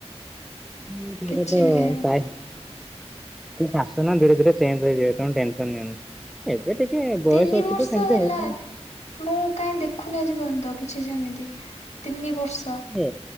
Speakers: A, in the centre; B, on the left.
A: ହୁଁ ପେରପା
B: କିଛି ବି ଖାଇ ହଉନି
A: କାୟ <unintelligible> ସେ ଶାଶୁ ନା ଧୀରେ ଧୀରେ ଚେଞ୍ଜ ହେଇଯିବେ ତମେ ଟେନସନ୍ ନିଅନି। ଏବେ ଟିକେ ବୟସ
B: ତିନି
A: ଅଛି
B: ବର୍ଷ
A: ତ ସେମିତି
B: ହେଲା
A: ହଉଛନ୍ତି।
B: ମୁଁ କାଇଁ ଦେଖୁନି ଆଜି ପର୍ଯ୍ୟନ୍ତ କିଛି ସେମିତି ତିନି ବର୍ଷ
A: ହୁଁ,